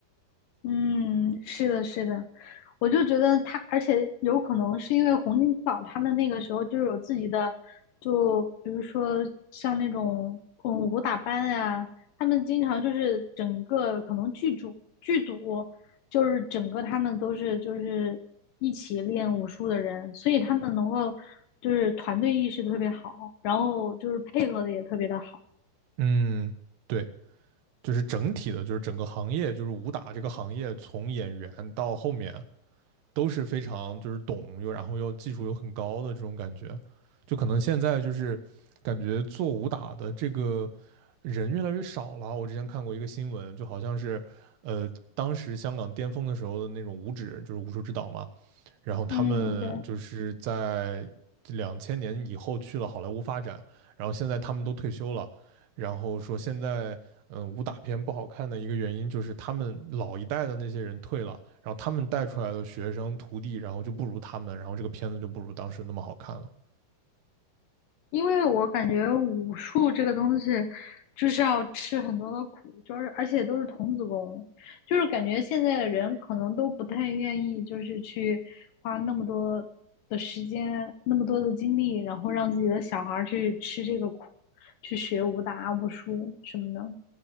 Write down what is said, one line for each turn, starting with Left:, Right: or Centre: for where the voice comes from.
Left: 嗯，是的，是的，我就觉得他，而且有可能是因为洪金宝他们那个时候就是有自己的，就比如说像那种嗯武打班呀、他们经常就是整个可能剧组剧组就是整个他们都是就是一起练武术的人，所以他们能够就是团队意识特别好，然后就是配合的也特别的好。
Right: 嗯，对，就是整体的，就是整个行业，就是武打这个行业，从演员到后面都是非常就是懂又然后又技术又很高的这种感觉，就可能现在就是感觉做武打的这个人越来越少了。我之前看过一个新闻，就好像是呃当时香港巅峰的时候的那种武指，就是武术指导嘛，然后他们就是在两千年以后去了好莱坞发展，
Left: 嗯，对。
Right: 然后现在他们都退休了。然后说现在嗯武打片不好看的一个原因就是他们老一代的那些人退了，然后他们带出来的学生徒弟，然后就不如他们，然后这个片子就不如当时那么好看了。
Left: 因为我感觉武术这个东西，就是要吃很多的苦，就是而且都是童子功，就是感觉现在的人可能都不太愿意，就是去花那么多的时间、那么多的精力，然后让自己的小孩儿去吃这个苦，去学武打、武术什么的。